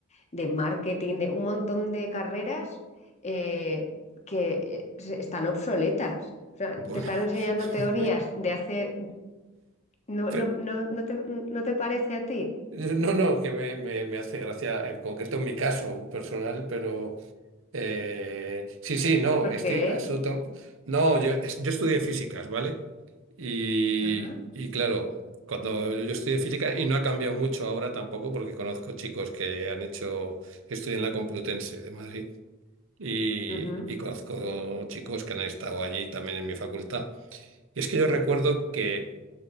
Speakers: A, on the left; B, on the right.
A: de marketing, de un montón de carreras eh, que eh, se- están obsoletas. O sea,
B: Bueno,
A: te están
B: <laughs>
A: enseñando teorías de hace... No,
B: pero-
A: no, no, no te, no te parece a ti.
B: no, no, que me, me- me hace gracia, en concreto en mi caso personal, pero eh, sí, sí, no,
A: ¿Por
B: estoy
A: qué?
B: absoluto No, yo, es- yo estudié físicas, ¿vale? Y,
A: Ah,
B: y claro, cuando yo estudié física, y no ha cambiado mucho ahora tampoco, porque conozco chicos que han hecho, estudian en la Complutense de Madrid, y,
A: ujú.
B: y conozco chicos que han estado allí también en mi facultad. Y es que yo recuerdo que.